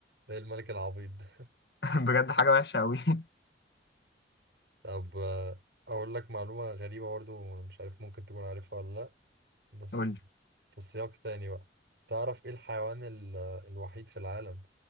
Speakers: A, on the right (about 80°); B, on the left (about 65°).
A: إيه الملك العبيط ده
B: <laughs> بجد حاجة وحشة أوي <laughs>
A: طب آه، أقول لك معلومة غريبة برضو مش عارف ممكن تكون عارفها ولا لأ بس
B: قول لي
A: في سياق تاني بقى تعرف ايه الحيوان ال- الوحيد في العالم